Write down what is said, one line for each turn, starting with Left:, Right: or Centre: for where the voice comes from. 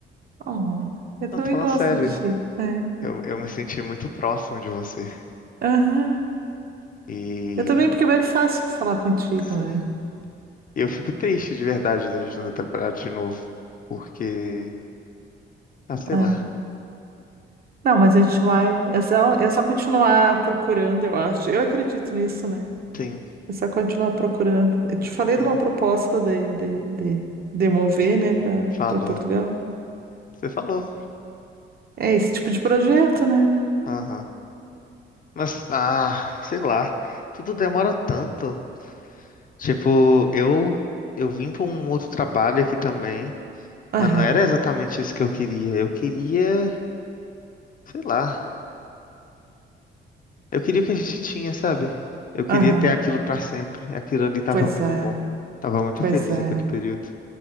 Right: Oh, eu
Left: Não,
Right: também
Left: tô falando
Right: gosto
Left: sério.
Right: de ti, né?
Left: Eu, eu me senti muito próximo de você.
Right: Aham.
Left: E
Right: Eu também, porque é bem fácil falar contigo,
Left: sim,
Right: né?
Left: eu fico triste de verdade da gente não ter trabalhado de novo. Porque, ah, sei
Right: É.
Left: lá.
Right: Não, mas a gente vai. É só, é só continuar procurando, eu acho. Eu acredito nisso, né?
Left: Sim,
Right: É só continuar procurando. Eu te falei
Left: sim.
Right: de uma proposta de, de, de, de mover, né, para
Left: Falou.
Right: para Portugal.
Left: Você falou.
Right: É esse tipo de projeto, né?
Left: Aham. Mas, ah, sei lá. Tudo demora tanto. Tipo, eu, eu vim pra um outro trabalho aqui também.
Right: Aham,
Left: Mas não era exatamente isso que eu queria. Eu queria, sei lá. Eu queria o que a gente tinha, sabe? Eu queria
Right: aham.
Left: ter aquilo pra sempre. Aquilo ali tava
Right: Pois
Left: muito
Right: é,
Left: bom. Tava muito
Right: pois
Left: feliz
Right: é.
Left: aquele período.